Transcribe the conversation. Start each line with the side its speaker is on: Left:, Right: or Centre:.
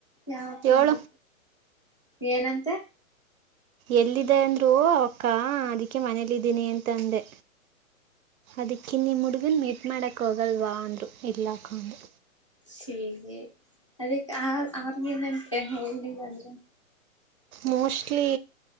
Left: ಯಾವಕಂಡೆ
Right: ಚಳ
Left: ಏನಂತೆ
Right: ಎಲ್ಲಿದೆ ಅಂದ್ರು ಕಾ ಅದಕ್ಕೆ ಮನೇಲ್ಲ ಇದಿದ್ದೀನಿ ಅಂತ ತಂದೆ ಅದಕ್ಕಿನ್ನಿ ಮುಡುಗನ್ ಮೀ ಮಾಡಕ್ಕೆ ಹೋಗಲ್ವಾ ಅಂದರು ಇರ್ಲಕ್ಕಂದು
Left: ಸಿದೆ ಅದಕ್ಕೆ ಆ ಆರ್ನಿಂದನ್ ಹೋಗಿಲ್ಲಂದ್ರೆ
Right: ಮೋಸ್ಟ್ಲಿ